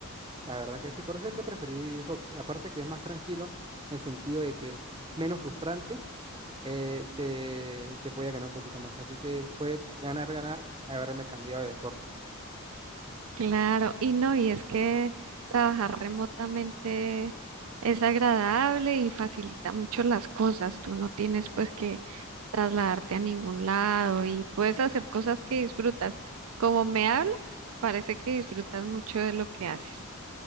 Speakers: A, on the right; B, on the right.
A: La verdad que sí, por eso es que preferí hockey. Aparte que es más tranquilo, en el sentido de que menos frustrante, eh, se, se podía ganar un poquito más. Así que fue ganar, ganar, haberme cambiado de deporte.
B: Claro, y no, y es que trabajar remotamente es agradable y facilita mucho las cosas. Tú no tienes pues que trasladarte a ningún lado y puedes hacer cosas que disfrutas. Como me hablas, parece que disfrutas mucho de lo que haces.